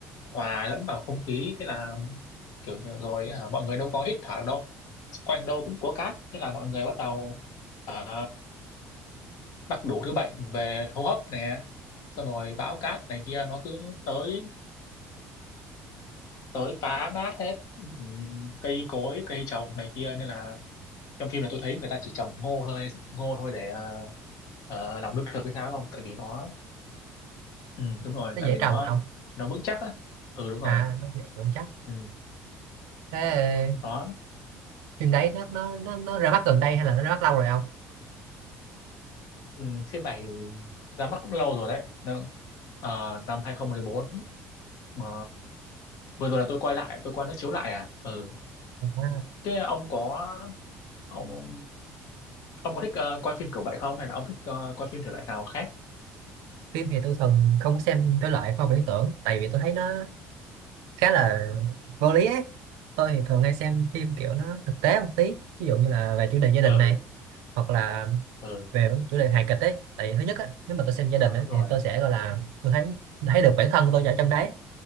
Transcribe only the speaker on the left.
hòa lẫn vào không khí thế là kiểu như rồi hả, mọi người đâu có hít thở được đâu quanh đâu cũng có cát thế là mọi người bắt đầu ờ, mắc đủ thứ bệnh về hô hấp nè xong rồi bão cát này kia nó cứ tới tới phá nát hết ừ, cây cối cây trồng này kia nên là trong phim này tôi thấy người ta chỉ trồng ngô thôi ngô thôi để ờ, ờ, làm lương thực hay sao không tại vì nó ừ, đúng rồi
tại
vì nó
nó vững chắc á ừ đúng rồi
ừ,
đó
ừ, phim này ra mắt cũng lâu rồi đấy Nó- ờ, năm 2014 mà vừa rồi là tôi quay lại tôi coi nó chiếu lại à ừ
thế ông có ông ông có thích ờ, coi phim kiểu vậy không hay là ông thích ờ, coi phim thể loại nào khác
ờ
ờ
ờ,
đúng rồi